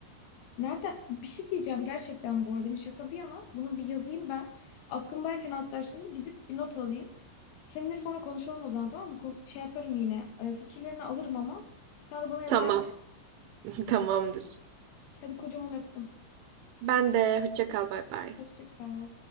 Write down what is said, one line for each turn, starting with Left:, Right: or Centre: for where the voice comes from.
Left: nereden bir şey diyeceğim gerçekten bu arada. Hani şaka bir yana bunu bir yazayım ben. Aklımdayken hatta şimdi gidip bir not alayım. Seninle sonra konuşalım o zaman tamam mı? Kon- şey yaparım yine. E, fikirlerini alırım ama sen de bana yazarsın.
Right: Tamam, <laughs> tamamdır.
Left: Hadi kocaman öptüm.
Right: Ben de hoşça kal, bay bay.
Left: Hoşça kal.